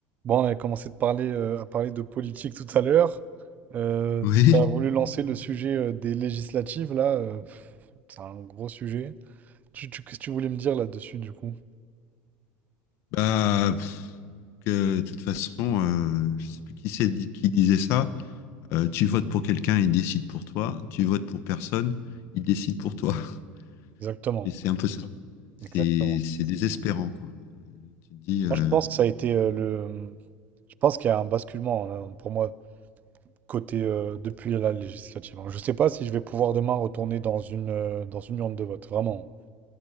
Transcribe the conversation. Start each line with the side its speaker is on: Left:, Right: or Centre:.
Right: Bon, on avait commencé de parler, euh, à parler de politique tout à l'heure. Euh,
Left: Oui,
Right: tu as voulu lancer le sujet euh, des législatives, là. euh, pff, c'est un gros sujet. Tu, tu- qu'est-ce que tu voulais me dire là-dessus, du coup?
Left: bah, pff, que, de toute façon, euh, je sais plus qui c'est dit- qui disait ça. Euh, tu votes pour quelqu'un, il décide pour toi. Tu votes pour personne, il décide pour toi. <laughs>
Right: Exactement.
Left: Et c'est un peu ça. C'est
Right: Exactement.
Left: c'est désespérant, quoi. Tu te dis, euh,
Right: Moi, je pense que ça a été euh, le... Je pense qu'il y a un basculement, euh, pour moi, côté euh, depuis la législative. hein. Je sais pas si je vais pouvoir demain retourner dans une, euh, dans une urne de vote, vraiment.